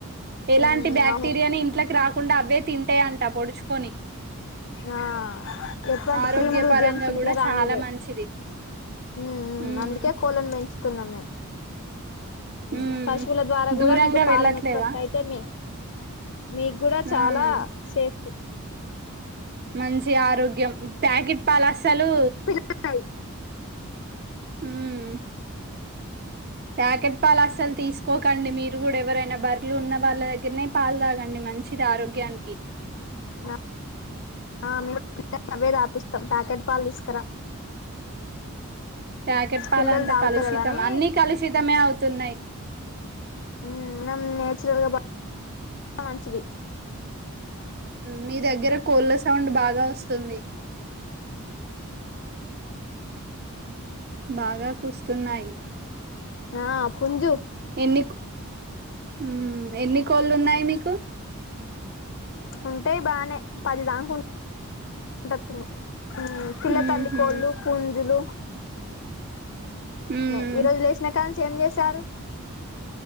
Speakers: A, on the right; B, on the left.
A: ఎలాంటి
B: ఉమ్
A: బ్యాక్టీరియాని
B: అవును
A: ఇంట్లకి రాక కుండా అవే తింటాయం ట్టా పొడుచుకొని
B: ఆ ఎటువంటి
A: ఆరోగ్యపరంగా
B: క్రీములు జమ్స్ గిట్లా
A: కూడా
B: రానివవ్
A: చాలా మంచిది
B: ఉమ్ ఉమ్
A: మ్
B: అందుకే కోళ్ళలను పెంచుతున్నాం మేం
A: ఉమ్
B: ఊ పశువుల ద్వారా కూడా
A: దూరంగా
B: మీకు పాలను
A: వెళ్ళట్లేవా
B: ఉత్పత్తి అయితే మీ స మీకు కూడా చాలా
A: ఉమ్
B: సేఫ్
A: మంచి ఆరోగ్యం ప్యాకెట్ పాల్ అసలు
B: పిల్ల కై
A: మ్మ్ ప్యాకెట్ పాల అసలు తీసుకోకండి మీ కూడా ఎవరైనా బర్లు ఉన్న వాళ్ళ దగ్గరనే పాలు తాగండి మంచిది ఆరోగ్యానికి
B: ఆ ఆ మే అవ్వే తపిస్తాం ప్యాకెట్ పాలు తీసుకురాం
A: ప్యాకెట్ పాలంతా
B: పిల్లలు తాగుతారు
A: కలుషితం
B: కదా అని
A: అన్ని కలుషితమే అవుతున్నాయి
B: మ్ నమ్ న్యాచురల్గా బ మంచివి
A: మీ దగ్గర కోళ్ళ సౌండ్ బాగా వస్తుంది తుంది బాగా కూస్తున్నాయి
B: ఆ ఫుంజు
A: ఎన్ని కో మ్ ఎన్ని కోళ్ళు ఉన్నాయి మీకు
B: ఉంటేయి బానే పది దాక ఉన్నట్టున్నాయి పిల్ల
A: ఉహు
B: తల్లి కోళ్ళు పుంజులు
A: ఉమ్
B: న ఈ రోజు లేష్నాకాన్ ఏం చేశారు